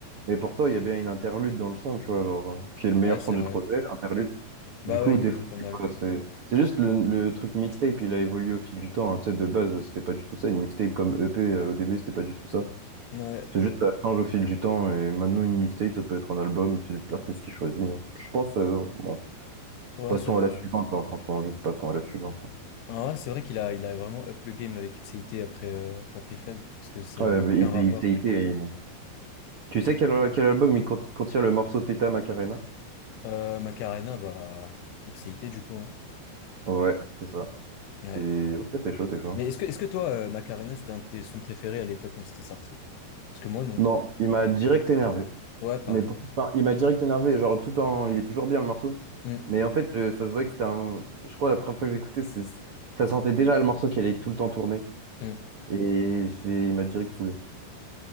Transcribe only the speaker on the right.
Mais pourtant, il y a bien une interlude dans le son, tu vois, genre, euh, qui est le meilleur
son du
projet, interlude.
Du coup,
des
fois,
tu vois, c'est, c'est juste le, le truc mixtape, il a évolué au fil du temps. hein. Tu sais, de base, c'était pas du tout ça. Une mixtape comme EP, euh, au début, c'était pas du tout ça.
C'est juste, ça change au fil du temps, et maintenant, une mixtape, ça peut être un album, c'est juste l'artiste qui choisit. hein. Je pense, euh, bon,
Passons
à la suivante, hein, franchement, juste passons à la suivante. hein.
Ouais,
mais
il-
il- il- il- c'est- Tu sais quel, quel album il cont- contient le morceau Teta Macarena?
Ouais, c'est ça.
T'es ok, t'es chaud, t'es chaud.
Non, il m'a direct énervé.
Mais pour... enfin, il m'a direct énervé, genre tout en... Il est toujours bien le morceau.
Mais en fait, je- ça se voit que c'était un... Je crois la première fois que j'ai écouté, c'est... ça sentait déjà le morceau qui allait tout le temps tourner.
Et j'ai... il m'a direct saoulé.